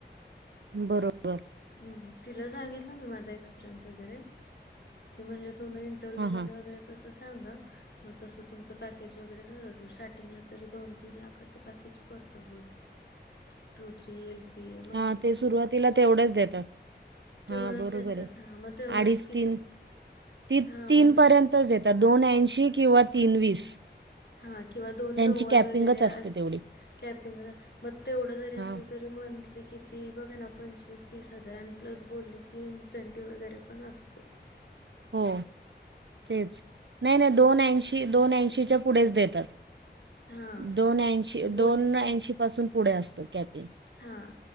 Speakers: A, on the right (about 85°); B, on the left (about 65°).
A: बरोबर
B: ह् तिला सांगितलं मी माझा एक्सपिरियन्स वगैरे ती म्हणले तु मी- इंटरव्यू
A: हां
B: मध्ये
A: हां
B: वगैरे तसं सांगा. मग तसं तुमचं पॅकेज वगैरे ठरवतील, स्टार्टिंगला तरी दोन तीन लाखाचं पॅकेज पडतं बोल- two three L, P A म्हणली
A: हा ते
B: ती
A: सुरुवातीला तेवढेच देतात.
B: तेवढंच
A: हा बरोबर
B: देतात
A: आहे
B: हा मग तेवढंच
A: अडीच
B: किती
A: तीन ती
B: हा
A: तीन
B: मग
A: पर्यंत- तच देतात, दोन ऐंशी किंवा तीन वीस-
B: हा किंवा दोन
A: त्यांची
B: नव्वद
A: कॅपिंगच
B: वगैरे अस
A: असते तेवढी
B: कॅपिंग मग तेवढं जरी असलं
A: हां
B: तरी, तरी मंथली किती बघा ना, पंचवीस तीस हजार आणि प्लस बोलली की इन्सेंटिव्ह वगैरे पण असतो.
A: हो तेच नाही नाही दोन ऐंशी दोन ऐंशीच्या पुढेच देतात.
B: हा
A: दोन ऐंशी
B: ती
A: दोन
B: बोलली
A: ऐंशी पासून पुढे असतं कॅपे-
B: हां